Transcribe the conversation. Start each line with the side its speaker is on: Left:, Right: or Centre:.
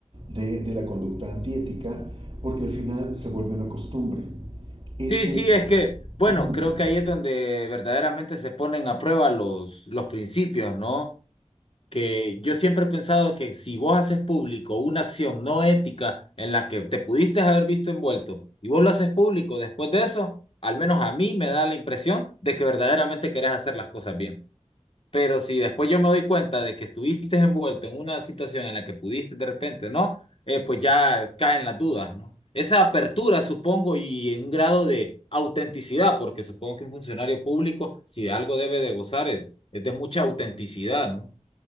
Right: de, de la conducta antiética, porque al final se vuelve una costumbre. Es
Left: Sí,
Right: que
Left: sí, es que, bueno,
Right: mm,
Left: creo que ahí es donde verdaderamente se ponen a prueba los, los principios, ¿no? Que yo siempre he pensado que si vos haces público una acción no ética en la que te pudiste haber visto envuelto y vos lo haces público después de eso, al menos a mí me da la impresión de que verdaderamente querés hacer las cosas bien. Pero si después yo me doy cuenta de que estuviste envuelto en una situación en la que pudiste de repente, ¿no? Eh, pues ya caen las dudas, ¿no? Esa apertura, supongo, y en un grado de autenticidad, porque supongo que un funcionario público, si de algo debe de gozar, es, es de mucha autenticidad, ¿no?